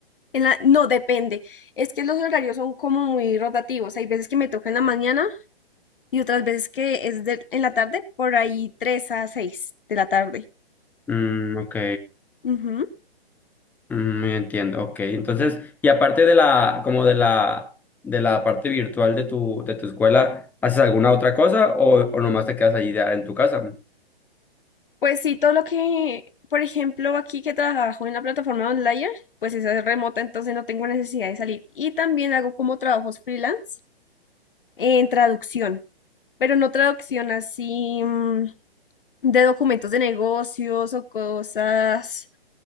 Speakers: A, on the left; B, in the centre.
A: En la... No, depende. Es que los horarios son como muy rotativos. Hay veces que me toca en la mañana y otras veces que es de- en la tarde, por ahí 3 a seis de la tarde.
B: Mm, ok,
A: Ujú.
B: mm, entiendo, ok. Entonces, y aparte de la, como de la, de la parte virtual de tu, de tu escuela, ¿haces alguna otra cosa o, o nomás te quedas ahí ya en tu casa?
A: Pues sí, todo lo que, por ejemplo, aquí que trabajo en la plataforma online, pues esa es remota, entonces no tengo necesidad de salir. Y también hago como trabajos freelance en traducción, pero no traducción así. mm, de documentos de negocios o cosas